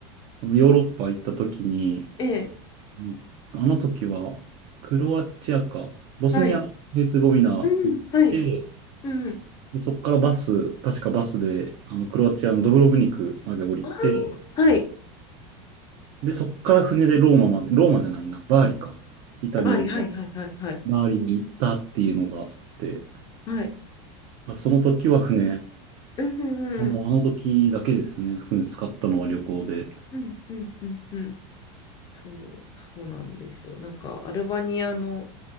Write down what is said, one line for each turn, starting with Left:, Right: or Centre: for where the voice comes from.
Right: あの、ヨーロッパ行った時に、
Left: ええ、
Right: うんあの時は、クロアチアか、ボスニア、
Left: はい。
Right: ヘルツェゴビナ行って、
Left: うん、はい。うん。
Right: で、そこからバス、確かバスで、あの、クロアチアのドブロブニクまで降りて、
Left: あーはい。
Right: で、そっから船でローマまで、ローマじゃないな、バーリか。イタリアの
Left: バリ、はい、はい、はい、はい。
Right: バーリに行ったっていうのがあって、
Left: はい。
Right: まあその時は船、
Left: うん、うん、
Right: あもうあの時だけですね、
Left: うん。
Right: 船使ったのは旅行で。
Left: うん、うん、うん、うん。そう、そうなんですよ。なんかアルバニアの